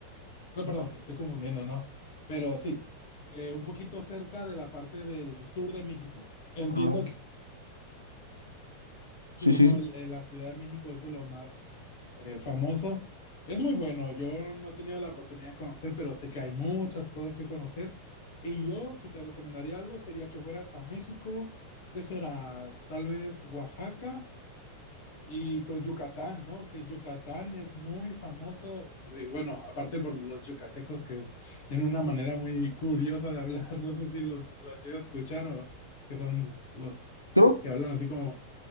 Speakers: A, on the left (about 45°); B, on the left (about 90°).
A: No, perdón, estoy confundiendo, ¿no? Pero sí, eh, un poquito cerca de la parte del sur de México. Entiendo
B: Ah,
A: que sí,
B: sí, sí,
A: ¿no?
B: sí.
A: El, el- la Ciudad de México es de lo más eh, famoso. Es muy bueno, yo no he tenido la oportunidad de conocer, pero sé que hay muchas cosas que conocer. Y yo, si te recomendaría algo, sería que fueras a México, que será tal vez Oaxaca Y pues Yucatán, ¿no? Que Yucatán es muy famoso, eh, bueno, aparte por los yucatecos, que es en una manera muy curiosa de hablar, <laughs> no sé si los, los llega a escuchar o que son los
B: Creo.
A: que hablan así como,